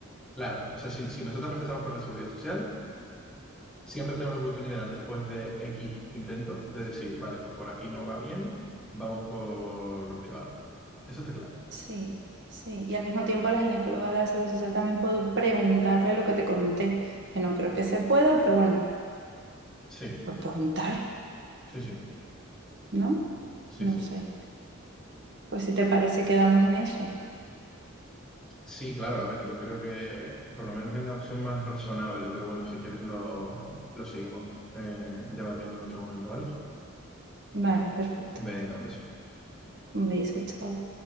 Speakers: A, in the centre; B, on the right.
A: claro, o sea, si, si nosotros empezamos por la seguridad social, siempre tenemos la oportunidad después de X intentos de decir, vale, pues por aquí no va bien, vamos por lo privado. Eso está claro.
B: Sí, sí. Y al mismo tiempo a la ginecóloga de la Seguridad Social también puedo preguntarle lo que te conté, que no creo que se pueda, pero bueno,
A: Sí,
B: por preguntar,
A: sí, sí,
B: ¿no?
A: sí,
B: No
A: sí.
B: sé. Pues si te parece, quedamos en eso.
A: Sí, claro, a ver, yo creo que por lo menos es la opción más razonable, pero bueno, si quieres lo, lo seguimos eh, debatiendo en otro momento, ¿vale?
B: Vale, perfecto.
A: Venga, un beso.
B: Un beso, chao.